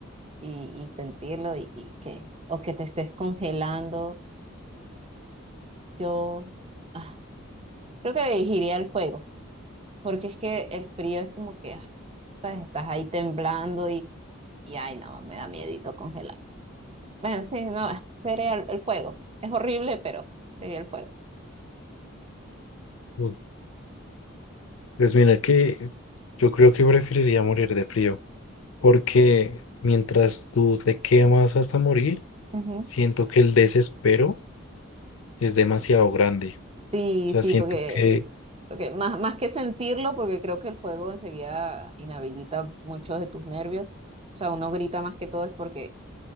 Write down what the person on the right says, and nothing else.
y, y sentirlo y, y que, o que te estés congelando. Yo ah, creo que elegiría el fuego, porque es que el frío es como que ah, ¿sabes? estás ahí temblando Y ay, no, me da miedito congelar. Bueno, sí, no, <laughs> sería el, el fuego. Es horrible, pero sería el fuego.
Ujú.
Sí,
sí,
porque,
porque más, más que sentirlo, porque creo que el fuego enseguida inhabilita muchos de tus nervios. O sea, uno grita más que todo es porque